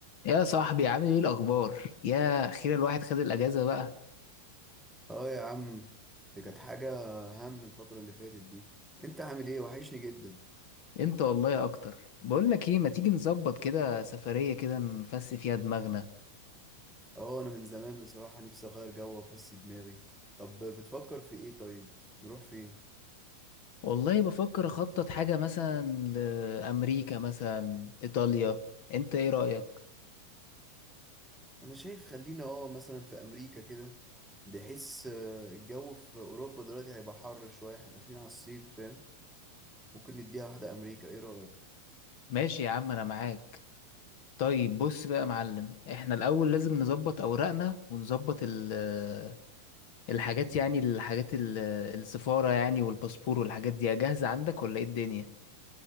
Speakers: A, on the left (about 45°); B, in the centre.
A: يا صاحبي عامل ايه الاخبار يا اخيرا الواحد خد الاجازه بقى
B: اه يا عم دي كانت حاجة هم الفترة اللي فاتت دي انت عامل ايه وحشني جدا
A: انت والله اكتر بقول لك ايه ما تيجي نظبط كده سفريه كده نفس فيها دماغنا
B: اه انا من زمان بصراحة نفسي اغير جو وافسي دماغي طب بتفكر في ايه طيب نروح فين
A: والله بفكر اخطط حاجه مثلا لامريكا مثلا ايطاليا انت ايه رايك
B: انا شايف خلينا اه مثلا في امريكا كده بحيث آه، الجو في اوروبا دلوقتي هيبقى حر شوية احنا داخلين على الصيف فاهم ممكن نديها واحدة امريكا ايه رأيك
A: ماشي يا عم انا معاك طيب بص بقى يا معلم احنا الاول لازم نظبط اوراقنا ونظبط ال آه، الحاجات يعني الحاجات ال- آه، السفاره يعني والباسبور والحاجات دي جاهزه عندك ولا ايه الدنيا